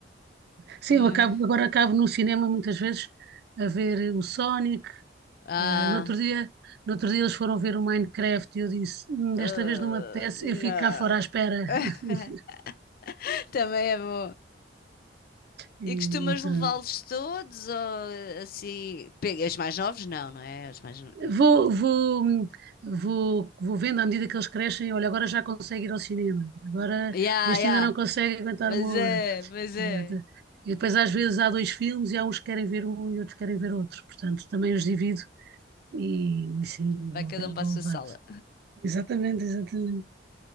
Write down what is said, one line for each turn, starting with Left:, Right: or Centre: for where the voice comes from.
Right: Sim,
Left: Hum.
Right: eu acabo, agora acabo no cinema muitas vezes a ver o Sonic,
Left: Ah,
Right: Eh, no outro dia, no outro dia eles foram ver o Minecraft e eu disse, "Hum,
Left: ah,
Right: desta vez não me apetece,
Left: não.
Right: eu fico cá fora à espera.
Left: <laughs>
Right: <laughs>
Left: Também é bom.
Right: E,
Left: E costumas
Right: e pronto.
Left: levá-los todos ou assim? Pega, os mais novos? Não, não é? Os mais. no-
Right: Vou, vou, hum, vou, vou vendo à medida que eles crescem. Olha, agora já consegue ir ao cinema. Agora
Left: Ya,
Right: este
Left: ya.
Right: ainda não consegue aguentar
Left: Mas
Right: uma
Left: é,
Right: hora.
Left: mas é.
Right: Eh, de- E depois às vezes há dois filmes e há uns que querem ver um e outros querem ver outro. Portanto, também os divido e, e sim, vou,
Left: Vai cada um para
Right: vou
Left: a sua
Right: levando.
Left: sala.
Right: Exatamente, exatamente.